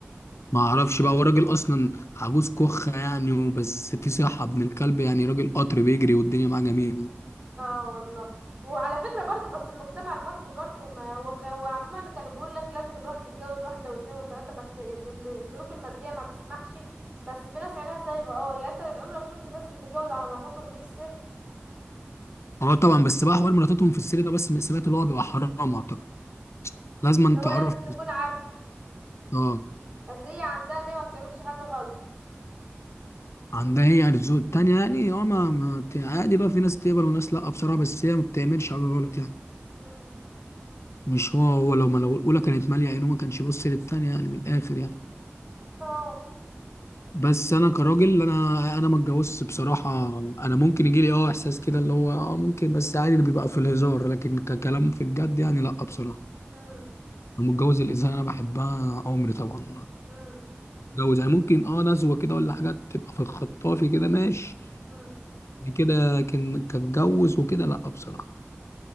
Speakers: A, on the left; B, on the right.
A: ما اعرفش بقى هو راجل اصلا عجوز كخه يعني وبس في صحه ابن الكلب يعني راجل قطر بيجري والدنيا معاه جميله
B: اه والله وعلى فكرة برضو بس المجتمع المصري برضو ما هو ك- هو عموما كانوا بيقول لك لازم الواحد يتجوز واحدة واثنين وثلاثة بس ال- ال- الظروف المادية ما تسمحش بس في ناس عينيها صايغة اه يعني انت عمرك شفت الناس اللي بتتجوز على مراتاتهم دي بالسر
A: اه طبعا بس بقى حوار مراتاتهم في السر ده بس سمعت اللي هو بيبقى حرام اعتقد لازم
B: اللي
A: انت
B: هو
A: تعرف
B: لازم تكون عارف
A: اه
B: بس هي عندها ان هي ما بتعملش حاجة غلط
A: عندها هي الذوق التانية يعني اه ما, ما ت- عادي بقى في ناس تقبل وناس لا بصراحة بس هي ما بتعملش حاجة غلط يعني
B: امم
A: مش هو هو لو ما لو الأولى كانت مالية عينه ما كانش يبص للتانية يعني من الآخر يعني
B: اه
A: بس أنا كراجل أنا أنا ما اتجوزتش بصراحة أنا ممكن يجي لي اه إحساس كده اللي هو اه ممكن بس عادي اللي بيبقى في الهزار لكن ككلام في الجد يعني لا بصراحة
B: امم
A: انا متجوز الانسان اللي انا بحبها عمري طبعا
B: امم
A: متجوز يعني ممكن اه نزوه كده ولا حاجات تبقى في الخطافي كده ماشي
B: امم
A: يعني كده كان كاتجوز وكده لا بصراحه